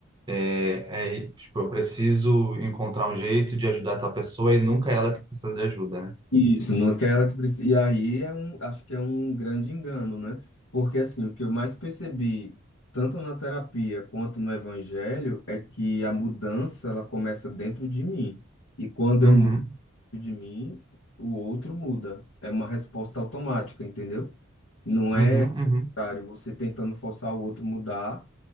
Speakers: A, on the right; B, on the left.
A: é, é, tipo, eu preciso encontrar um jeito de ajudar tal pessoa e nunca é ela que precisa de ajuda, né?
B: isso, não quer ela que precisa. E aí é um, acho que é um grande engano, né? Porque assim, o que eu mais percebi, tanto na terapia quanto no evangelho, é que a mudança ela começa dentro de mim. E quando
A: Uhum,
B: eu mudo de mim, o outro muda. É uma resposta automática, entendeu? Não
A: uhum,
B: é,
A: uhum.
B: cara, você tentando forçar o outro mudar